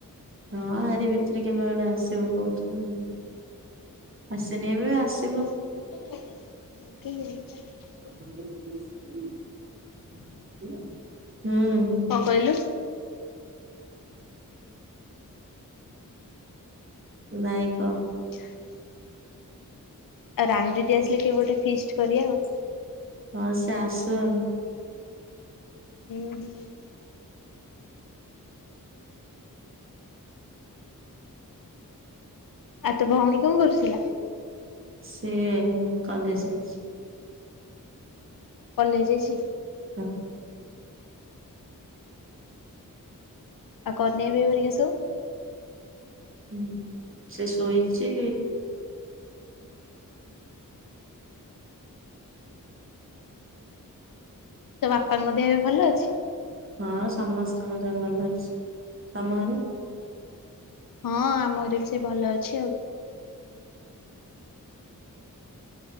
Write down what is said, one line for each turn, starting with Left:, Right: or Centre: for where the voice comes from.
Right: ହଁ ଆରୀ ଭିତରେ କେବେ ଗୋଟେ ଆସିବ କହୁଥିଲା। ଆସିନି ଏବେ ଆସି
Left: <unintelligible>
Right: <unintelligible> ହୁଁ।
Left: କଣ କହିଲୁ?
Right: ନାଇଁ କଅ?
Left: <inaudible> ଆଉ ରାନି ଦିଦି ଆସିଲେ କେବେ ଗୋଟେ ଫିଷ୍ଟ କରିବା ଆଉ।
Right: ହଁ ସେ ଆସୁ ଆଉ।
Left: ହୁଁ ହୁଁ। ଆଉ ତୋ ଭଉଣୀ କଣ କରୁଥିଲା?
Right: ସିଏ କଲେଜ ଯାଇଛି।
Left: କଲେଜ ଯାଇଚି?
Right: ହଁ।
Left: ଆଉ କନେ <unintelligible> ଭେରିିକେସୁ।
Right: ହୁଁ ସେ ଶୋଇଛି।
Left: ତୋ ବାପାଙ୍କ ଦେହ ଏବେ ଭଲ ଅଛି?
Right: ହଁ ସମସ୍ତେ ଦେହ ଭଲ ଅଛି। ତମ ଘରେ?
Left: ହଁ ଆମ ଘରେ ବି ସେ ଭଲ ଅଛି ଆଉ।